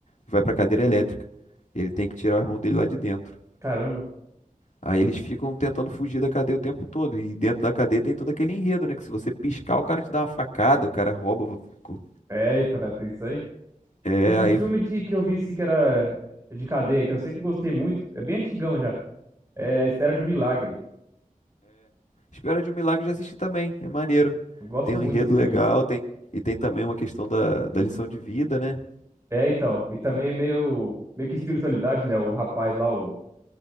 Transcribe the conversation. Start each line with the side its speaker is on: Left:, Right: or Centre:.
Left: vai pra cadeira elétrica. Ele tem que tirar o irmão dele lá de dentro.
Right: Caramba.
Left: Aí eles ficam tentando fugir da cadeia o tempo todo. E dentro da cadeia tem todo aquele enredo, né? Que se você piscar, o cara te dá uma facada, o cara rouba. vo- co-
Right: Eita, vai ter isso aí.
Left: É,
Right: Um,
Left: aí.
Right: um filme de, que eu vi, assim, que era de cadeia, que eu sempre gostei muito. É bem antigão já. É A Espera de um Milagre.
Left: Espera de um Milagre já assisti também. É maneiro.
Right: Eu gosto
Left: Tem um
Right: muito
Left: enredo
Right: desse filme.
Left: legal, tem. E tem também uma questão da, da lição de vida, né?
Right: É, então. E também é meio, meio que espiritualidade, né? O rapaz lá, o,